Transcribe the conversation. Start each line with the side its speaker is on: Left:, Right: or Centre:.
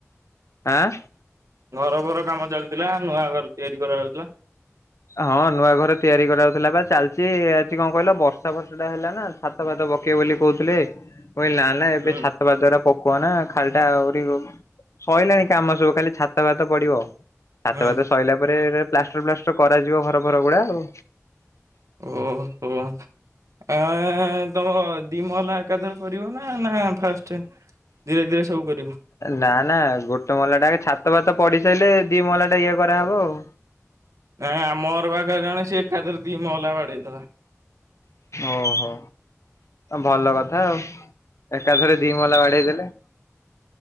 Left: ଆଁ
Right: ଘର ଫର କାମ ଚାଲିଥିଲା ନୂଆ ଘର ତିଆରି କରାହଉଥିଲା?
Left: ହଁ ନୂଆ ଘର ତିଆରି କରାଉଥିଲା ବା ଚାଲିଚି ହେଠି କଣ କହିଲ ବର୍ଷା ଫର୍ଷା ଟାଇମ୍ ଟା ନା। ଛାତ ଭାତ ପକେଇବେ ବୋଲି କହୁଥିଲେ କହିଲି ନା ନା ଏବେ
Right: ହୁଁ
Left: ଛାତ ହେବା ଦ୍ଵାରା ପକୋନା ଖାଲଟା ଆହୁରି ସରିଲାଣି କାମ ସବୁ ଖାଲି ଛାତ ଫାତ ପଡିବ। ହାତ
Right: ହୁଁ
Left: ଭାତ ସଇଲା ପରେ। ପ୍ଲାଷ୍ଟର୍ ପ୍ଲାଷ୍ଟର୍ କରାଯିବ ଘର ଫର ଗୁଡା ଆଉ।
Right: ଓ ହୋ ଆଁ ତ ହଁ ଦି ମହଲା ଏକାଥରେ କରିବ ନା ନା ଫାଷ୍ଟ୍ ଧୀରେ ଧୀରେ ସବୁ କରିବ?
Left: ନା ନା ଗୋଟେ ମହଲା ଟା ଆଗେ ଛାତ ଫାତ ପଡିି ସାଇଲେ। ଦି ମହଲା ଟା ଇଏ କରାହେବ ଆଉ।
Right: ନାଇଁ ଆମର ପାଖରେ ଜଣେ ସେ ଏକାଥରେ ଦି ମହଲା ବାଡେଇଥିଲା।
Left: ଓହୋ ଭଲ କଥା ଆଉ। ଏକା ଥରେ ଦିମହଲା ବାଡେଇ ଦେଲେ।